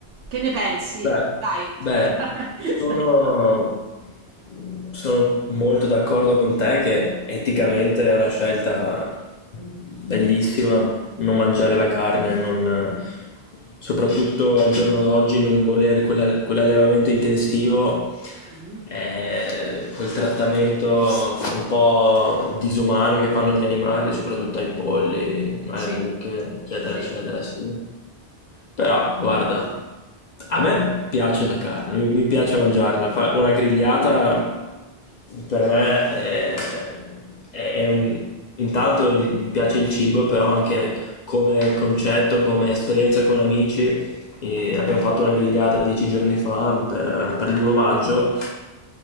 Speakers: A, on the right; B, on the left.
A: Che ne pensi?
B: Beh,
A: Dai.
B: beh,
A: <laughs>
B: sono, sono molto d'accordo con te che eticamente è una scelta bellissima non mangiare la carne, non- soprattutto al giorno d'oggi non voler quella- quell'allevamento intensivo,
A: Mm,
B: eh, quel trattamento un po' disumano che fanno gli animali, soprattutto ai polli, alle
A: Sì,
B: buche, eccetera,
A: sì,
B: eccetera, sì. Però, guarda. A me piace la carne, mi mi piace mangiarla. Fa- Una grigliata per me è, è- è un... Intanto il- mi piace il cibo, però anche come concetto, come esperienza con amici. E abbiamo fatto una grigliata dieci giorni fa per, per l'1 maggio.